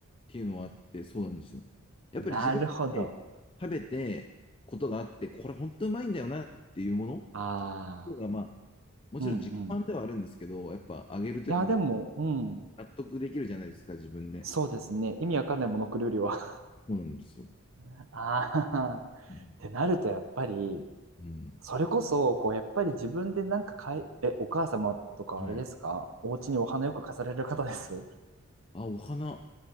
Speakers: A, on the left (about 25°); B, on the right (about 70°).
A: ていうのはあって、そうなんですよ。やっぱり自分でね食べてことがあって、
B: なるほど。
A: これ本当うまいんだよなっていうもの
B: ああ、
A: の方が、まあ、もちろん自己満ではあるんですけど、
B: うんうん。
A: やっぱあげるときに
B: いや、でも、うん、
A: 納得できるじゃないですか、自分で。
B: そうですね。意味わかんないモノクロよりは。
A: そうなんですよ。
B: <laughs> ああ、っ
A: うん。
B: てなると、やっぱり、
A: うん
B: それこそ、こう、やっぱり自分でなんか買い、え、お母様とかあれですかお家にお花よく飾られる方です
A: はい。あ、お花。